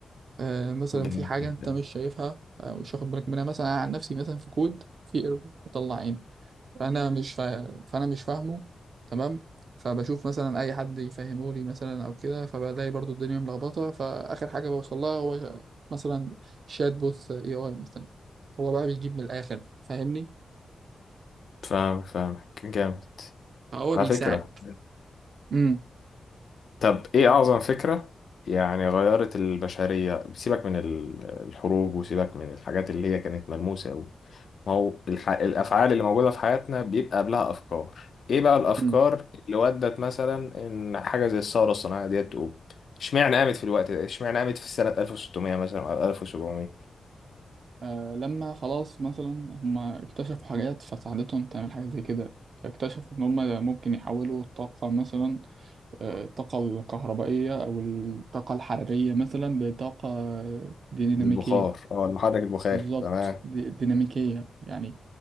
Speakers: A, on the right; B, on the left.
A: آه مثلا
B: جامد
A: في حاجة
B: جدا
A: أنت مش شايفها آه مش واخد بالك منها مثلا أنا عن نفسي مثلا في كود في ايرور بيطلع عيني فأنا مم. مش فا... فأنا مش فاهمه تمام فبشوف مثلا أي حد يفهمه لي مثلا أو كده فبلاقي برضو الدنيا ملخبطة فآخر حاجة بوصل لها هو مثلا شات بوث اي اي مثلا هو بقى بيجيب من الآخر فاهمني
B: فاهم فاهمك جامد
A: فهو
B: على
A: بيساعد
B: فكرة
A: امم
B: طب ايه اعظم فكرة يعني غيرت البشرية سيبك من ال- الحروب وسيبك من الحاجات اللي هي كانت ملموسة قوي ما هو الح... الافعال اللي موجودة في حياتنا بيبقى قبلها افكار ايه بقى الافكار
A: مم.
B: اللي ودت مثلا ان حاجة زي الثورة الصناعية ديت تقوم اشمعنى قامت في الوقت ده اشمعنى قامت في سنة 1600 مثلا او 1700
A: آه لما خلاص مثلا هما اكتشفوا حاجات فساعدتهم تعمل حاجة زي كده اكتشفوا إن هما ممكن يحولوا الطاقة مثلا آه، الطاقة الكهربائية أو الطاقة الحرارية مثلا لطاقة ديناميكية
B: البخار اه المحرك البخاري
A: بالظبط
B: تمام
A: دي ديناميكية يعني